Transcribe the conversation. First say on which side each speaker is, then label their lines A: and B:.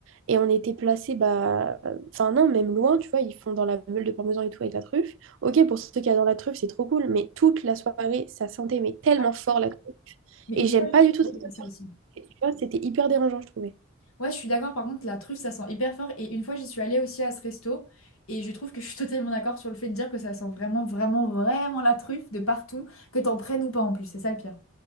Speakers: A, on the right; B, on the left.
A: et on était placés, bah, euh, enfin, non, même loin, tu vois, ils font dans la meule de parmesan et tout avec la truffe. Ok, pour ceux qui adorent la truffe, c'est trop cool, mais toute la soirée, ça sentait mais tellement
B: ah
A: fort
B: oui.
A: la truffe.
B: Mais
A: Et
B: une
A: j'aime
B: fois,
A: pas
B: j'y suis
A: du tout cette
B: allée,
A: odeur.
B: à ça aussi.
A: Tu vois, c'était hyper dérangeant, je trouvais.
B: Ouais, je suis d'accord. Par contre, la truffe, ça sent hyper fort. Et une fois, j'y suis allée aussi à ce resto. Et je trouve que je suis <laughs> totalement d'accord sur le fait de dire que ça sent vraiment, vraiment, vraiment la truffe de partout, que t'en prennes ou pas en plus. C'est ça le pire.